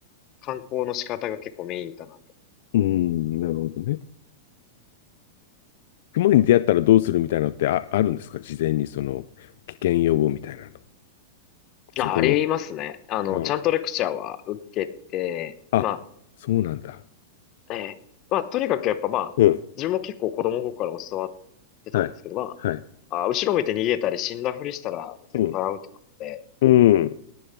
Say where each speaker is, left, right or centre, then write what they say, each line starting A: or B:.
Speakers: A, on the left; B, on the left.
A: 観光の仕方が結構メインかなと。
B: うん、なるほどね。熊に出会ったらどうするみたいなのってあ、あるんですか事前にその危険予防みたいなの。そこの。
A: あ、ありますね。あの、
B: あ、
A: ちゃんとレクチャーは受けて、
B: あ、
A: ま
B: そうなんだ。
A: あ、ええ、まあとにかくやっぱまあ、
B: うん、
A: 自分も結構子供の頃から教わってたんですけど、
B: はい。
A: ま
B: はい。
A: あ、あ、後ろ見て逃げたり死んだふりしたら絶対アウトなんで、
B: うんうん。